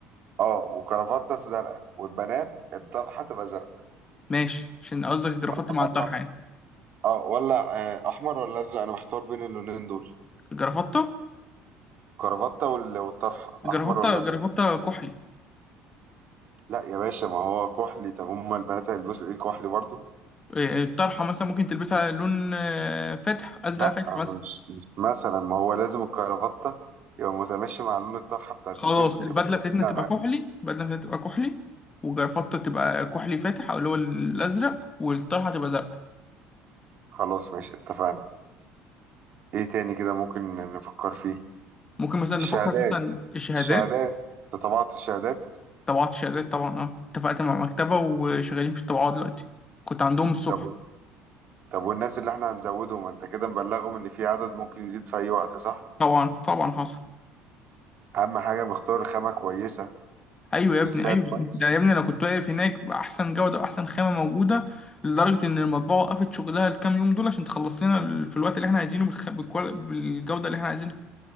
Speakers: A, on the right (about 45°); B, on the left (about 20°).
A: اه وكرافتة زرقاء والبنات الطرحة تبقى زرقاء
B: ماشي عشان قصدك الجرافطة
A: ولا حمراء
B: مع الطرحة يعني
A: اه ولا آه، احمر ولا ازرق انا محتار بين اللونين دول
B: الجرافطة
A: كرافته وال- والطرحه
B: الجرافطة
A: احمر ولا
B: الجرافطة
A: ازرق
B: كحلي
A: لا يا باشا ما هو كحلي طب هما البنات هيلبسوا ايه كحلي برضو
B: آه، الطرحة مثلا ممكن تلبسها لون آه، فاتح أزرق
A: لا
B: فاتح
A: آه،
B: مثلا
A: مش مش مثلا ما هو لازم الكرافته يبقى متماشي مع لون الطرحه بتاعت
B: خلاص
A: البنت
B: البدله
A: يبقى
B: بتاعتنا
A: كلنا-
B: تبقى كحلي البدله بتاعتنا تبقى كحلي وجرافطة تبقى كحلي فاتح او اللي هو الازرق والطرحه تبقى زرقاء
A: خلاص ماشي اتفقنا ايه تاني كده ممكن نفكر فيه
B: ممكن مثلا نفكر
A: الشهادات
B: مثلا الشهادات
A: الشهادات انت طبعت الشهادات
B: طبعات الشهادات طبعا اه اتفقت مع مكتبه وشغالين في الطباعه دلوقتي كنت عندهم الصبح
A: طب طب والناس اللي احنا هنزودهم انت كده مبلغهم ان في عدد ممكن يزيد في اي وقت صح
B: طبعا طبعا حصل
A: اهم حاجه مختار خامه كويسه
B: ايوه يا ابني
A: بسعر
B: ايوه
A: كويس
B: ده يا ابني انا كنت واقف هناك باحسن جوده واحسن خامه موجوده لدرجه ان المطبعه وقفت شغلها الكام يوم دول عشان تخلص لنا ال- في الوقت اللي احنا عايزينه بالخ... بالكوال... بالجوده اللي احنا عايزينها